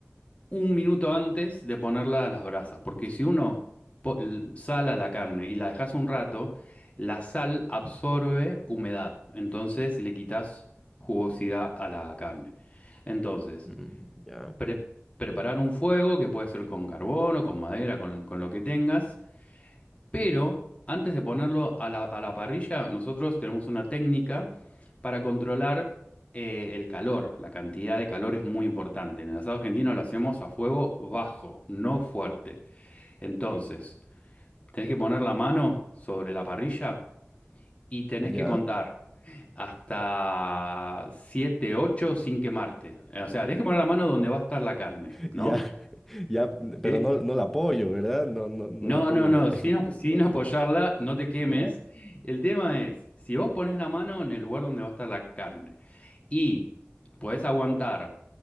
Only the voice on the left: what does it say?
un minuto antes de ponerla a las brasas, porque si uno po- l- sala la carne y la dejas un rato, la sal absorbe humedad, entonces le quitas jugosidad a la carne. Entonces,
pre- preparar un fuego que puede ser con carbón o con madera, con, con lo que tengas, pero antes de ponerlo a la, a la parrilla, nosotros tenemos una técnica para controlar eh, el calor. La cantidad de calor es muy importante. En el asado argentino lo hacemos a fuego bajo, no fuerte. Entonces, tenés que poner la mano sobre la parrilla y tenés
que contar hasta 7, 8 sin quemarte. O sea, tenés que poner la mano donde va a estar la carne,
¿no?
¿Sí?
No,
no, no,
sin, op-
sin
apoyarla, no te quemes.
El tema es, si vos pones la mano en el lugar donde va a estar la carne y podés aguantar